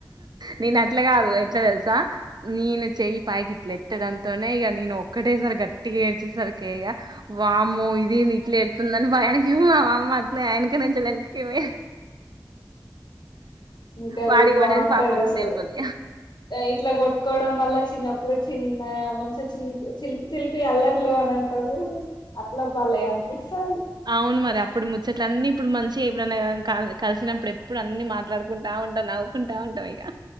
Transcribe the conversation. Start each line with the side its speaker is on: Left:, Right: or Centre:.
Right: నేను అట్లా కాదు ఎట్లా తెలుసా నేను చెయ్యి పైకి ఇట్ల ఎత్తడంతోనే ఇక నేను ఒక్కటే సారి గట్టిగా ఏడ్చేసరి కేగా వాము ఇది నీట్లో ఏడుతుందని భయానికేమో అమ్మ అట్లే ఎనకనె చెలేనికి ఇవె
Left: ఇంకా అది
Right: వాడికి
Left: బావుంటది
Right: పడేది పాపం
Left: అసలు
Right: దెబ్బలు
Left: ఇట్లా కొట్టుకోవడం వల్ల చిన్నప్పుడు చిన్న మనసిచ్చి చిలిపి చిలిపి అల్లార్లు అని అంటారు అట్లా బలే అనిపిస్తంది
Right: అవును మరి అప్పుడు ముచ్చట్ల అన్నీ ఇప్పుడు మంచి ఎప్పుడైన్నా కాల్ కలిసినప్పుడు ఎప్పుడు అన్ని మాట్లాడుకుంటా ఉంటాం నవ్వుకుంటా ఉంటాం ఇక